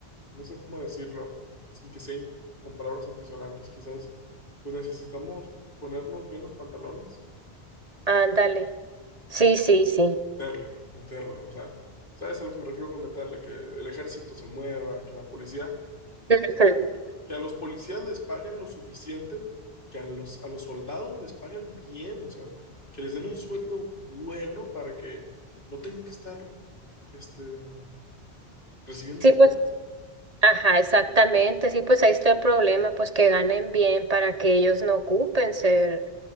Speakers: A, on the left; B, on the right.
A: no sé cómo decirlo, sin que sea in- con palabras antisonantes, quizás, pues necesitamos ponernos bien los pantalones
B: Ándale. Sí, sí, sí.
A: Meterle, meterle, o sea, ¿sabes a lo que me refiero con meterle? Que el ejército se mueva, que la policía,
B: Ujú.
A: que, que a los policías les paguen lo suficiente, que a los, a los soldados les paguen bien, o sea, que les den un sueldo bueno para que no tengan que estar, este, recibiendo
B: Sí,
A: soborno.
B: pues, ajá, exactamente. Sí, pues ahí está el problema, pues que ganen bien para que ellos no ocupen ser,